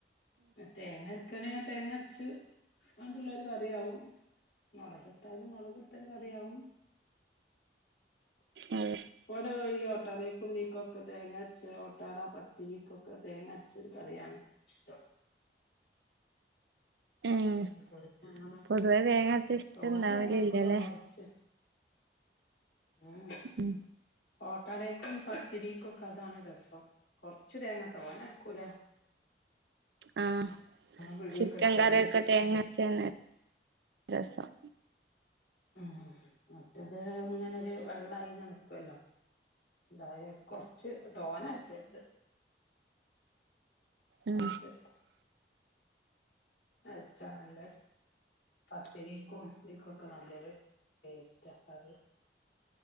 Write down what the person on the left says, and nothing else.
തേങ്ങരക്കാണെ തേങ്ങ അരച്ച് അതുള്ള ഒരു കറിയാവും മുളകിട്ടാലും മുളകിട്ടൊരു കറിയാവും
വിടെ ഈ ഓട്ടാടീക്കും ഇതീക്കും ഒകെ തേങ്ങരച്ച ഓട്ടാട പത്തിരിക്കൊക്കെ തേങ്ങരച്ചത് കറിയാണ് ഇഷ്ട്ടം
<unintelligible>
തോനെ തേങ്ങ അരകുല കൊറച്ച് ഏഹ്
ഓട്ടടെക്കും പത്തിരിക്കുംക്കെ അതാണ് രസം കൊറച്ച് തേങ്ങ തോരനെടുകൂല
പിടിയൊക്കെ
എടുത്താണ്ട്
ഉം മറ്റത് ഇങ്ങനെരു വെള്ളായിങ്ങെനെ നികോല്ലേ എന്തായാലും കൊറച്ച് തോനെ അരകെര്ത്
പക്ഷെ അരച്ചാ നല്ല പത്തിരിക്കും പത്തരിക്കൊക്കെ നല്ലൊരു ടേസ്റ്റ് ആ കറി